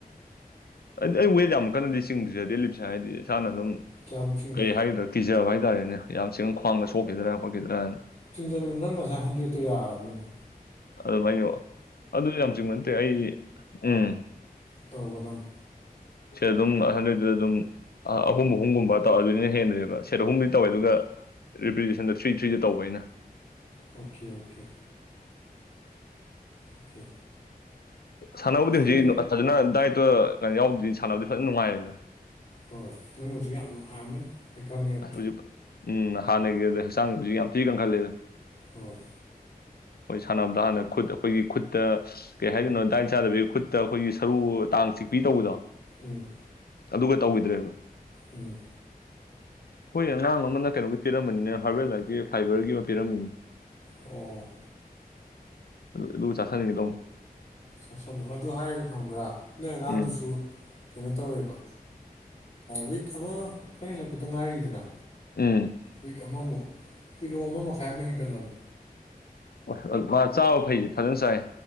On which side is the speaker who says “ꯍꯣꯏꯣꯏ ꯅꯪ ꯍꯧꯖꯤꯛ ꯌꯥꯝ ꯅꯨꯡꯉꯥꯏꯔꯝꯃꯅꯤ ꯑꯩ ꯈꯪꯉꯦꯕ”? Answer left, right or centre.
Left